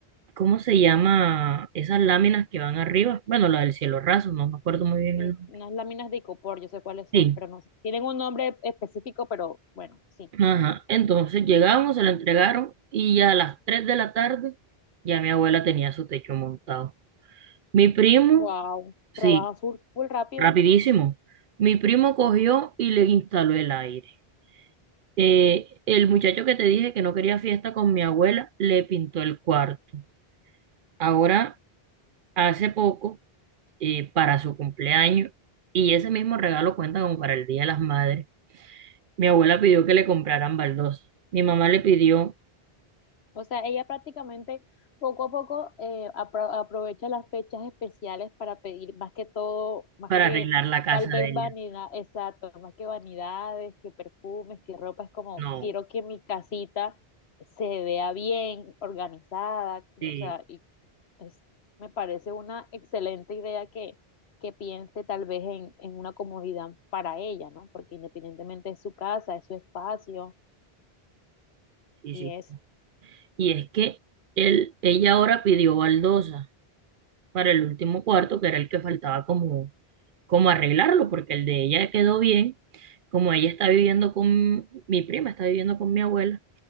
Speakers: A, on the right; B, on the left.
A: ¿cómo se llama? Esas láminas que van arriba. Bueno, la del cielo raso, no me acuerdo muy bien
B: Sí,
A: el nombre.
B: unas láminas de icopor, yo sé cuáles son,
A: Sí,
B: pero no sé. Tienen un nombre específico, pero bueno, sí.
A: ajá. Entonces llegamos, se la entregaron y ya a las 3 de la tarde ya mi abuela tenía su techo montado. Mi primo,
B: Wow,
A: sí,
B: trabajan full, full rápido.
A: rapidísimo. Mi primo cogió y le instaló el aire. Eh, el muchacho que te dije que no quería fiesta con mi abuela le pintó el cuarto. Ahora, hace poco, eh, para su cumpleaños, y ese mismo regalo cuenta como para el Día de las Madres, mi abuela pidió que le compraran baldosa. Mi mamá le pidió
B: O sea, ella prácticamente poco a poco eh, apro- aprovecha las fechas especiales para pedir más que todo, más
A: para
B: que
A: arreglar la casa
B: tal vez
A: de ella.
B: vanidad, exacto, más que vanidades, que perfumes, que ropa, es como
A: No,
B: quiero que mi casita se vea bien, organizada, que-
A: sí,
B: o sea, y es- me parece una excelente idea que, que piense tal vez en, en una comodidad para ella, ¿no? Porque independientemente es su casa, es su espacio
A: sí,
B: y
A: sí.
B: eso,
A: Y es que él, ella ahora pidió baldosa para el último cuarto, que era el que faltaba como, como arreglarlo, porque el de ella quedó bien. Como ella está viviendo con mi prima, está viviendo con mi abuela